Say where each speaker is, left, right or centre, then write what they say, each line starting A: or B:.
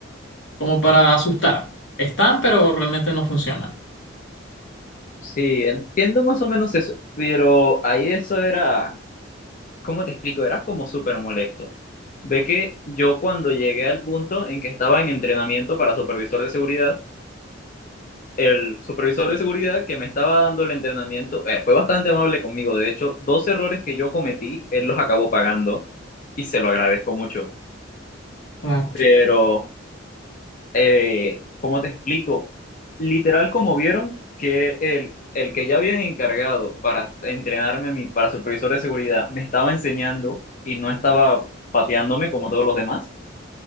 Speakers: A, on the left; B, on the left.
A: como para asustar. Están, pero realmente no funcionan.
B: Sí, entiendo más o menos eso, pero ahí eso era, ¿cómo te explico? Era como súper molesto. Ve que yo cuando llegué al punto en que estaba en entrenamiento para supervisor de seguridad, el supervisor de seguridad que me estaba dando el entrenamiento eh, fue bastante amable conmigo. De hecho, dos errores que yo cometí, él los acabó pagando y se lo agradezco mucho.
A: Claro,
B: Pero eh, ¿cómo te explico? Literal, como vieron que el, el que ya habían encargado para entrenarme a mí, para supervisor de seguridad, me estaba enseñando y no estaba pateándome como todos los demás.